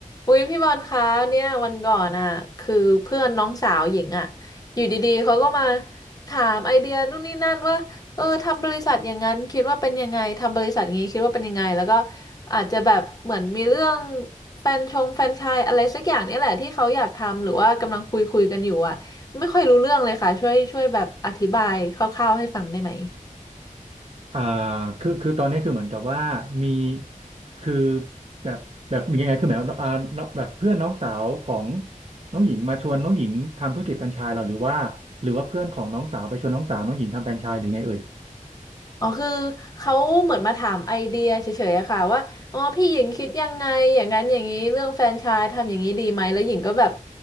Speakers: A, on the left (about 25°); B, on the right (about 45°).
A: อุ้ยพี่บอลคะเนี่ยวันก่อนอ่ะคือเพื่อนน้องสาวหญิงอ่ะอยู่ดีๆเขาก็มาถามไอเดียนู่นนี่นั่นว่าเออทำบริษัทอย่างนั้นคิดว่าเป็นยังไงทำบริษัทอย่างนี้คิดว่าเป็นยังไงแล้วก็อาจจะแบบเหมือนมีเรื่องแฟนชงแฟรนไชายอะไรสักอย่างเนี่ยแหละที่เขาอยากทำหรือว่ากำลังคุยคุยกันอยู่อ่ะไม่ค่อยรู้เรื่องเลยค่ะช่วยช่วยแบบอธิบายคร่าวๆให้ฟังได้ไหม
B: อ่าคือคือตอนนี้คือเหมือนกับว่ามีคือแบบแบบมียังไงคือหมายว่าอ่าน้องแบบเพื่อนน้องสาวของน้องหญิงมาชวนน้องหญิงทำธุรกิจแฟรนไชส์เหราหรือว่าหรือว่าเพื่อนของน้องสาวไปชวนน้องสาวน้องหญิงทำแฟรนไชส์หรือไงเอ่ย
A: อ๋อคือเขาเหมือนมาถามไอเดียเฉยๆอะค่ะว่าอ๋อพี่หญิงคิดยังไงอย่างนั้นอย่างนี้เรื่องแฟรนไชส์ทำอย่างนี้ดีไหมแล้วหญิงก็แบบ